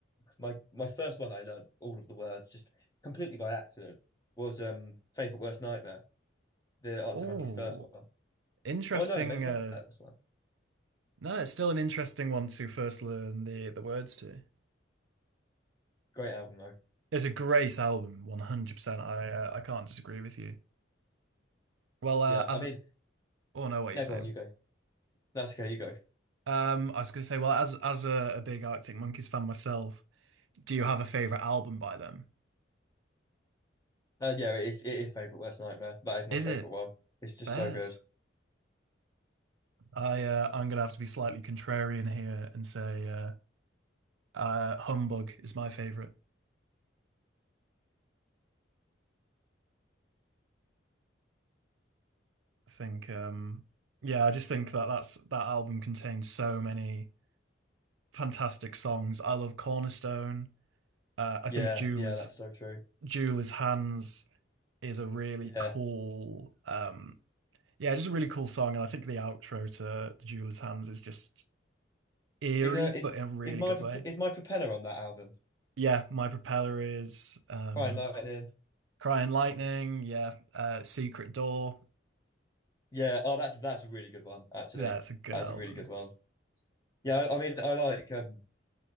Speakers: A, on the left; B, on the right.
A: my my first one that I learned all of the words just completely by accident was um Favorite Worst Nightmare, the Arctic
B: Oh,
A: Monkeys first one.
B: interesting.
A: Oh no, maybe
B: Uh,
A: not the first one.
B: no, it's still an interesting one to first learn the the words to.
A: Great album though.
B: It's a great album, 100%. I uh, I can't disagree with you. Well, uh,
A: Yeah,
B: as
A: I mean,
B: oh no, what are
A: no,
B: you saying?
A: go on, you go. That's okay, you go.
B: Um, I was going to say, well, as as a, a big Arctic Monkeys fan myself, do you have a favorite album by them?
A: Uh, yeah, it is. It is Favorite Worst Nightmare. That is my
B: Is
A: favorite
B: it
A: one. It's just
B: Bears?
A: so good.
B: I uh, I'm going to have to be slightly contrarian here and say uh, uh, Humbug is my favorite. I think, um, yeah, I just think that that's that album contains so many fantastic songs. I love Cornerstone. Uh, I
A: Yeah,
B: think Jewel
A: yeah,
B: is
A: that's so true.
B: Jewel is Hands is a really
A: Yeah,
B: cool um, yeah, just a really cool song, and I think the outro to Jewel's Hands is just eerie,
A: is a is
B: but in a really
A: is my
B: good
A: Prop-
B: way.
A: is my propeller on that album?
B: Yeah, My Propeller is um,
A: Crying Lightning.
B: Crying Lightning. Yeah, uh, Secret Door.
A: Yeah. Oh, that's that's a really good one actually.
B: Yeah, it's a good
A: That's
B: album.
A: a really good one. Yeah, I, I mean, I like um,